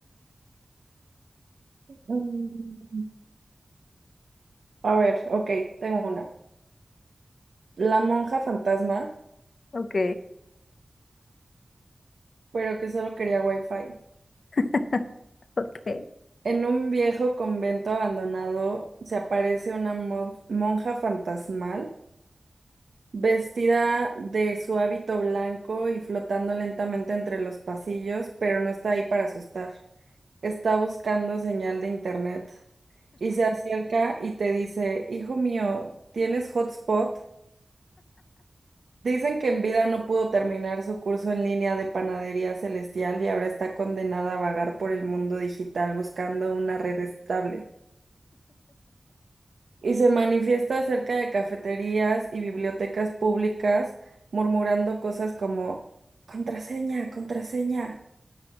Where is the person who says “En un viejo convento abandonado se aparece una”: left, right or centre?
Right